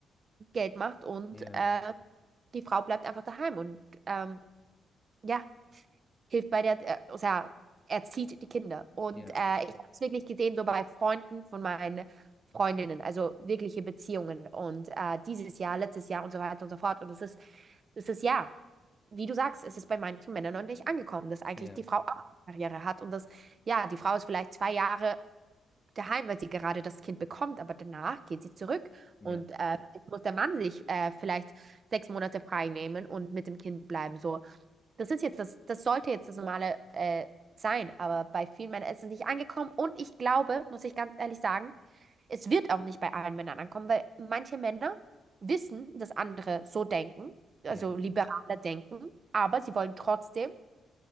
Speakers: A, on the right; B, on the left.
A: Geld macht und
B: Ja,
A: äh, die Frau bleibt einfach daheim und ähm, ja. hilft bei der, äh, o sea, erzieht die Kinder. Und
B: ja,
A: äh, ich habe es wirklich gesehen, so bei Freunden von meinen Freundinnen, also wirkliche Beziehungen. Und äh, dieses Jahr, letztes Jahr und so weiter und so fort. Und es ist, es ist ja, wie du sagst, es ist bei manchen Männern noch nicht angekommen, dass eigentlich
B: ja,
A: die Frau auch eine Karriere hat und dass, ja, die Frau ist vielleicht zwei Jahre daheim, weil sie gerade das Kind bekommt, aber danach geht sie zurück
B: ja,
A: und äh, jetzt muss der Mann sich äh, vielleicht sechs Monate frei nehmen und mit dem Kind bleiben. So, das ist jetzt das, das sollte jetzt das Normale äh, sein, aber bei vielen Männern ist es nicht angekommen. Und ich glaube, muss ich ganz ehrlich sagen, es wird auch nicht bei allen Männern ankommen, weil manche Männer wissen, dass andere so denken, also
B: ja,
A: liberaler denken, aber sie wollen trotzdem